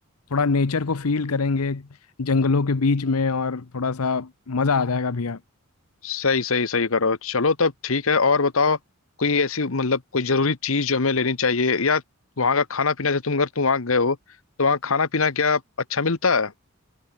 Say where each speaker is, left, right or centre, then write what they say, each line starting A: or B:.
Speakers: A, on the left; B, on the left.
A: थोड़ा नेचर को फील करेंगे जंगलों के बीच में और थोड़ा सा मज़ा आ जाएगा भैया
B: सही सही सही करो चलो तब ठीक है और बताओ कोई ऐसी मतलब कोई जरूरी चीज जो हमें लेनी चाहिए या वहाँ का खाना पीना जैसे तुम अगर तुम वहाँ गए हो तो वहाँ खाना पीना क्या अच्छा मिलता है